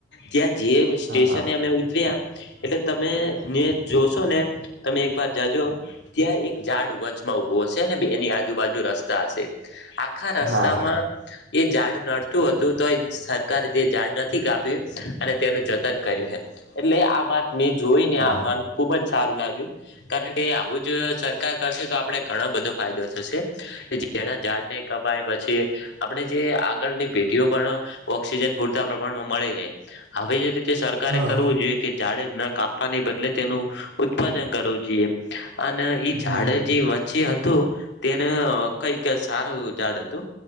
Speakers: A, on the left (about 65°); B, on the right (about 80°).
A: ત્યાં જે સ્ટેશને
B: હા હા
A: અમે ઊ ત્રિયા એટલે તમે ને જોશો ને તમે એક વાર જાજો ત્યાં એક ઝાડ વચમાં ઉભો હશે ને બે ની આજુબાજુ રસ્તા હશે આ આખા
B: હા
A: રસ્તામાં
B: હા
A: એ ઝાડ નડતું હતું તોય સરકારે તે ઝાડ નથી કાપ્યું અને તેનું જતન કર્યું હે એટલે આ વાત મેં જોઈને
B: હા
A: આ મન ખુબ જ સારું લાગ્યું કારણ કે આવું જ સરકાર કરશે તો આપણે ઘણો બધો ફાયદો થશે. કે જે એના ઝાડ નઇ કપાય પછી આપણે જે આગળની પેઢીઓ પણ ઓક્સિજન પૂરતા પ્રમાણમાં મળી રેય આવીજ તે સરકારે
B: હા
A: કરવું જોઈએ કે ઝાડે ન કાપાને બદલે તેનું ઉત્પાદન કરવું જોઈએ. અને ઈ ઝાડે
B: હમ
A: જે વચ્ચે હતું તેને અ કઈક સારું ઝાડ હતું.